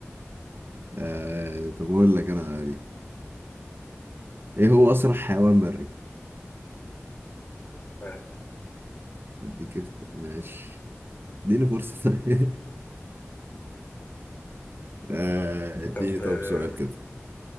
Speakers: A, on the right; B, on the left.
A: آه طب اقول لك انا دي ايه هو اسرع حيوان بري
B: فهد.
A: اديك اخت- ماشي اديني فرصة طيب <laughs> آه، اديني
B: طب
A: طب
B: أم،
A: سؤال كده